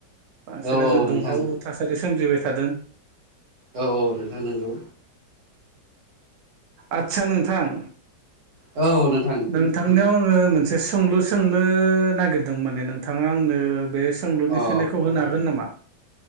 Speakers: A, on the right (about 55°); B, on the right (about 80°).
A: बांसिनानो
B: औ औ नोंथां
A: दुंहाव थासारि सोमजिबाय थादों।
B: औ औ नोंथां नंगौ।
A: आदचा नोंथां
B: औ नों
A: नोंथांनियाव आङो मोनसे सोंलु सोंनो नागिरदों माने नोंथाङा आंनो। बे सोंलुनि
B: अ
A: फिननायखौ होनो हागोन नामा?